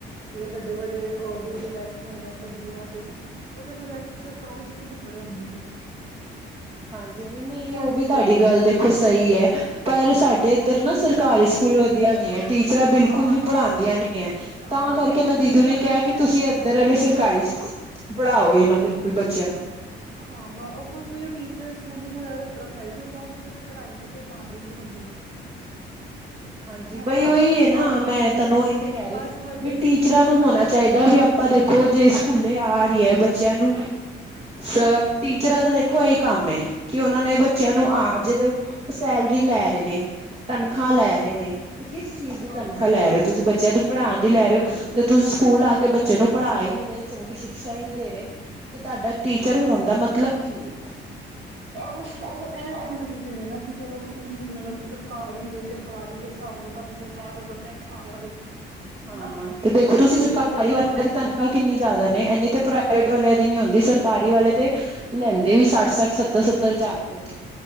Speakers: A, on the right; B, on the right.
A: ਜੇੜੇ ਬੱਡੇ ਵੱਡੇ ਓਵੀ
B: ਹਮ
A: ਓਥੇ ਬੈਠੇ ਹੁੰਦੇ ਨ ਪਦਵੀਆਂ ਤੇ ਉਦੇ ਕੋਲ ਜਿਆਦਾਤਰ ਸਰਕਾਰੀ ਸਕੂਲ ਈ ਪੜੇ ਹੁੰਦੇ ਨੇ।
B: ਹਾਂਜੀ, ਹਾਂਜੀ ਨਈ ਓ ਵੀ
A: ਦੀਆਂ
B: ਤਾਡੀ
A: ਗੱਲਾਂ ਹੁੰਦੀਆਂ।
B: ਗੱਲ ਦੇਖੋ ਸਈ ਐ ਪਰ ਸਾਡੇ ਇੱਧਰ ਨਾ ਸਰਕਾਰੀ ਸਕੂਲ ਵਧੀਆ ਨੀ ਐ। ਟੀਚਰਾਂ ਬਿਲਕੁਲ
A: ਹਾਂ
B: ਵੀ
A: ਬਸ
B: ਪੜਾਂਦੀਆਂ ਨੀ ਐ
A: ਹਾਂ
B: ਤਾਂ ਕਰਕੇ
A: ਬਸ ਫਿਰ
B: ਮੈਂ ਦੀਦੀ
A: ਉਹੀਓ
B: ਨੂੰ
A: ਫ਼ਰਕ
B: ਏ ਕਿਆ
A: ਪੈ
B: ਕਿ ਤੁਸੀ
A: ਜਾਂਦਾ
B: ਇੱਧਰ
A: ਨਾ
B: ਆਲੇ ਸਰਕਾਰੀ
A: ਹਾਂ।
B: ਸਕੂ ਪੜ੍ਹਾਓ ਇ ਨਾ ਬਿਲਕੁਲ ਬੱਚਿਆਂ ਨੂੰ
A: ਹਾਂ ਬ ਓ ਕੁਛ ਵੀ ਓ ਟੀਚਰ ਸਕੂਲਿੰਗ ਵਗੈਰਾ ਦਾ ਫਰਕ ਪੈ ਜਾਂਦਾ ਅਜ ਤੱਕ ਪੜ੍ਹਾਈ ਤਾ ਕੋਈ ਮਾੜੀ ਨਈ ਹੁੰਦੀ।
B: ਹਾਂਜੀ,
A: ਹਨਾ
B: ਬਈ ਓਈ ਐ ਨਾ
A: ਬਾਕੀ
B: ਮੈਂ ਤਾਨੂੰ ਓਈ ਤੇ ਕੈ
A: ਬਸ
B: ਰੀ ਆਂ
A: ਵੱਡੇ
B: ਵੀ
A: ਸਕੂਲ
B: ਟੀਚਰਾਂ ਨੂੰ
A: ਦਾ
B: ਹੋਣਾ ਚਾਈਦਾ ਵੀ ਆਪਾਂ ਦੇਖੋ ਜੇ ਸਕੂਲੇ ਆ ਰੀ ਐ ਬੱਚਿਆਂ ਨੂੰ ਸਬ ਟੀਚਰਾਂ ਦਾ ਦੇਖੋ ਐਈ ਕੰਮ ਏ ਕਿ ਓਨਾਂ ਨੇ ਬੱਚਿਆਂ ਨੂੰ ਆ ਜਿਦੇ ਓ ਸੈਲਰੀ ਲੈ ਰੇ ਨੇ, ਤਨਖਾਹ ਲੈ ਰੇ ਨੇ ਤੇ ਕਿਸ ਚੀਜ਼ ਦੀ
A: ਹਾਂ
B: ਤਨਖਾਹ ਲੈ ਲੈ ਰੇ ਓ ਤੁਸੀ ਬੱਚਿਆਂ ਨੂੰ ਪੜਾਂਣ ਦੀ ਲੈ ਰੇ ਓ ਤੇ ਤੁਸੀ ਸਕੂਲ ਆ ਕੇ ਬੱਚੇ ਨੂੰ ਪੜ੍ਹਾ ਈ ਨੀ ਰਏ ਚੰਗੀ ਸ਼ਿਕਸ਼ਾ ਈ ਨੀ ਦੇ ਰੇ ਤੇ ਤਾਡਾ ਟੀਚਰ ਹੋਣ ਦਾ ਮਤਲਬ ਕੀ ਐ?
A: ਐ ਸਮਝਦੇ ਨੇ ਨਾ ਕਿ ਚਲੋ ਫ੍ਰੀ ਮਤਲਬ ਸਰਕਾਰੀ ਏ ਫਿਰ ਸਰਕਾਰੀ ਦੇ ਸਾਬ ਨਾ ਸਾਨੂੰ ਸਰਕਾਰ ਵੱਲੋ ਪੈਸਾ ਆ ਰੇਆ ਵੇ।
B: ਹਾਂ,
A: ਹਨਾ
B: ਤੇ ਦੇਖੋ ਤੁਸੀ
A: ਕੋਈ
B: ਸਰਕਾਰੀ
A: ਦੇਖ ਰਿਹਾ
B: ਵਾਲਿਆ ਦੀ
A: ਏ
B: ਤਨਖਾਹ ਕਿੰਨੀ ਜਆਦਾ ਨੇ ਏਨੀ ਤੇ ਪ੍ਰਾਈਵੇਟ ਵਾਲਿਆਂ ਦੀ ਨੀ ਔਂਦੀ ਸਰਕਾਰੀ ਵਾਲੇ ਤੇ ਲੈਂਦੇ ਵੀ ਸੱਠ -ਸੱਠ, ਸੱਤਰ- ਸੱਤਰ ਅਜਾਰ ਰਪਏ ਨੇ